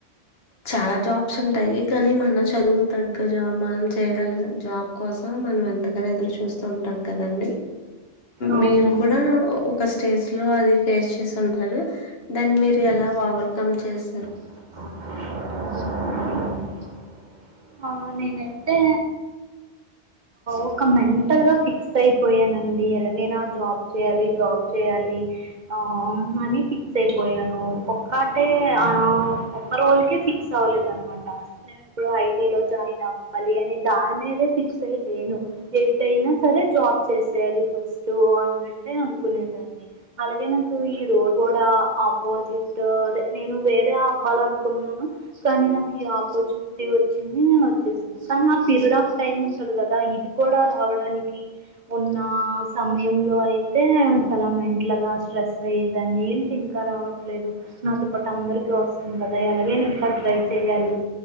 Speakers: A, on the left; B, on the right.
A: చాలా జాబ్స్ ఉంటాయి కానీ మన చదువు తగ్గ జాబ్ మనం చేయగలిన జాబ్ కోసం మనం ఎంతగానో ఎదురుచు చూస్త ఉంటాం కదండీ
B: అవునండి
A: మీరు కూడా ఒక స్టేజ్ లో అది ఫేస్ చేసి ఉంటారు
B: వో
A: దాన్ని మీరు ఎలా ఓవర్కమ్ చేశారు
B: ఆ నేనయితే ఒక మెంటల్ గా ఫిక్స్ అయిపోయానండి ఎలాగైనా జాబ్ చేయాలి జాబ్ చేయాలి ఆ అని ఫిక్స్ అయిపోయాను ఒక్కటే ఆ ఒక్క రోళకే ఫిక్స్ అవ్వలేదు అనమాట నేను ఇప్పుడు ఐటీ లో జాయిన్ అవ్వాలి అని దాని మీదే ఫిక్స్ స లేను ఎట్ అయినా సరే జాబ్ చేసేయాలి ఫస్ట్ అన్నట్టే అనుకునేదాన్ని అలాగే నాకు ఈ ఈరోజు కూడా ఆపోజిట్ అదే నేను వేరే అవ్వాలనుకున్నాను కానీ నాకు ఈ ఆపర్చునిటీ వచ్చింది నేను వచ్చేసాను కానీ ఆ పీరియడ్ ఆఫ్ టైమ్ డు కదా ఇది కూడా రావడానికి ఉన్న సమయంలో అయితే చాలా మెంటల్గా స్ట్రెస్ అయ్యేదాన్ని ఏంటి ఇంకా రావట్లేదు నాతో పాటు అందరికీ వస్తుంది కదా అలాగే ఇంకా ట్రై చేయాలి